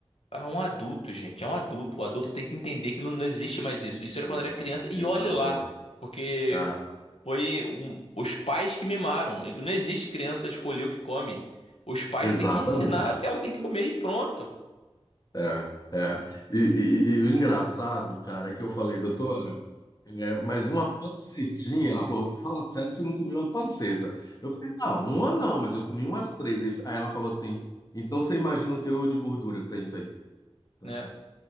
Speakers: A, on the left; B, on the left.
A: É um adulto, gente, é um adulto. O adulto tem que entender que não, não existe mais isso. Isso era quando
B: exata,
A: era criança e
B: exatamente.
A: olhe lá, porque
B: É,
A: foi um- os pais que mimaram. Não existe criança escolher o que come. Os pais
B: exatamente.
A: têm que ensinar o que ela tem que comer e pronto,
B: É, é. E, e- e o engraçado, cara, é que eu falei, doutora, é, mas uma pancetinha, ela falou, fala sério que você não comeu uma panceta. Eu falei, não, uma não, mas eu comi umas três. Aí aí ela falou assim, então você imagina o teor de gordura que tem isso aí, né?
A: né?